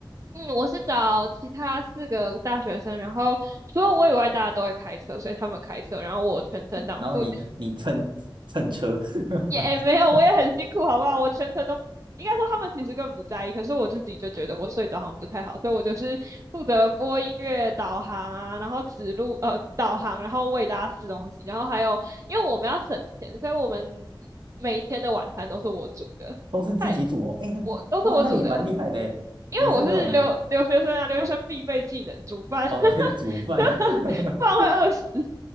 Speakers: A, on the right; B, on the right.
A: 嗯，我是找其他四个大学生，然后除了我以外，大家都会开车，所以他们开车，然后我全程当副驾
B: 然后你你蹭蹭车，<laughs>
A: 也、哎没有，我也很辛苦，好不好？我全程都应该说他们其实根本不在意，可是我自己就觉得我睡着好像不太好，所以我就是负责播音乐、导航啊，然后指路呃导航，然后喂大家吃东西，然后还有因为我们要省钱，所以我们每一天的晚餐都是我煮的，
B: 都是自己组哦。
A: 嗨，
B: 哎，那哇，
A: 我都是我煮的，
B: 那你蛮厉害的诶，
A: 因为我是留留学生啊，
B: 你是那种
A: 留学生必备技能煮饭，
B: <laughs>
A: <laughs>
B: 哦，对，煮饭。<laughs>
A: 不然会饿死。